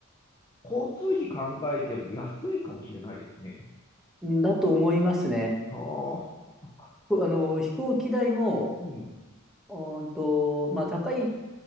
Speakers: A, on the left; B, in the centre.
A: 交通費考えても安いかもしれないですね。
B: んだと思いますね。
A: ああ、そっか。
B: こあの、飛行機代も、
A: うん。
B: うーんと、まあ、高い